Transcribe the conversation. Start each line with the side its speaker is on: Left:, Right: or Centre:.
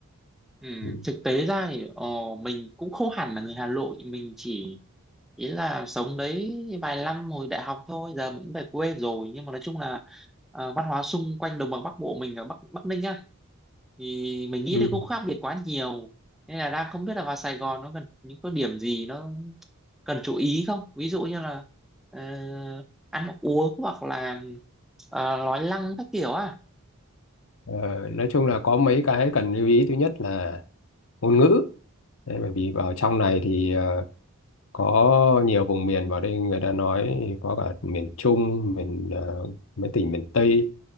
Centre: Ừ,
Left: Ừ.
Centre: thực tế ra thì ờ, mình cũng không hẳn là người Hà Nội mình chỉ ý là sống đấy vài năm hồi đại học thôi giờ mình cũng về quê rồi nhưng mà nói chung là ờ, văn hóa xung quanh đồng bằng Bắc Bộ mình ở Bắc Bắc Ninh á thì mình nghĩ
Left: Ừ.
Centre: thì cũng khác biệt quá nhiều nên là đang không biết là vào Sài Gòn nó cần những có điểm gì nó cần chú ý không ví dụ như là ờ, ăn uống hoặc là ờ, nói năng các kiểu à
Left: Ờ, nói chung là có mấy cái cần lưu ý thứ nhất là ngôn ngữ Đấy, bởi vì vào trong này thì ờ, có nhiều vùng miền vào đây người ta nói có cả miền Trung miền ờ, mấy tỉnh miền Tây